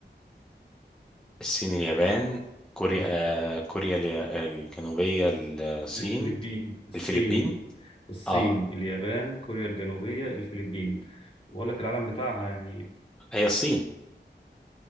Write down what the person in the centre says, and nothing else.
الصين اليابان كوريا
آه، كوريا اليا- الجنوبية الصين
الفلبين
آه
هي الصين